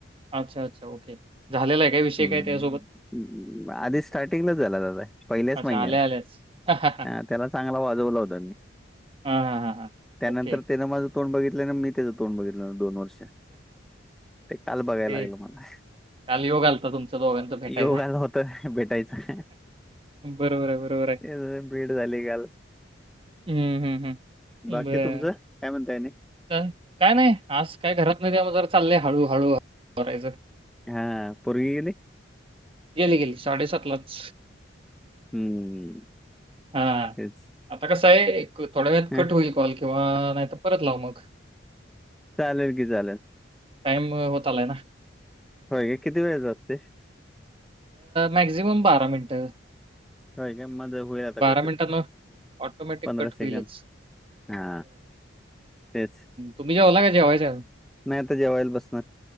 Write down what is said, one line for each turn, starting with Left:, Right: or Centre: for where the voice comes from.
Right: आच्छा आच्छा ओके झालेला आहे काय विषय
Centre: हम्म.
Right: काय त्यासोबत
Centre: आधी स्टार्टिंगलाच झाला <inaudible> पहिल्याच
Right: अच्छा,
Centre: महिन्यात
Right: आल्या-आल्याच. अच्छा.
Centre: आ त्याला चांगला वाजवला होता मी
Right: हा हा हा हा
Centre: त्यानंतर
Right: ओके
Centre: त्यानं माझं तोंड बघितले ना मी त्याचं तोंड बघितलं दोन वर्ष ते काल बघायला
Right: ते
Centre: लागल मला
Right: काल योग आला होता तुमच्या दोघांचा भेटायचा.
Centre: योग आला होता भेटायचा.
Right: बरोबर आहे, बरोबर आहे.
Centre: तेच भेट झाली काल
Right: हं, हं, हं.
Centre: बाकी
Right: बरं.
Centre: तुमचं काय म्हणताय आणि
Right: काय नाही आज काय घरात नाही त्या मूळ जर चाललय हळू हळू हळू करायचं
Centre: हा पोरगी गेली
Right: गेली गेली साडेसात लाच
Centre: हम्म.
Right: हा हा
Centre: तेच.
Right: आता कसं आहे थोड्या वेळात
Centre: हं,
Right: कट होईल कॉल किंवा नाही तर परत लावू मग
Centre: चालेल की चालेल
Right: टाईम होत आलाय ना.
Centre: होय किती वेळेच असतोय
Right: मॅक्झिमम बारा मिनटं
Centre: होय काय मगं होईल आता कट
Right: मिनिटांनं ऑटोमॅटिक
Centre: पंधरा
Right: कट
Centre: सेकंड
Right: होईलच.
Centre: हा तेच
Right: तुम्हीे जेवला काय जेवायच हाय आजुन
Centre: नाही आता जेवायला बसणार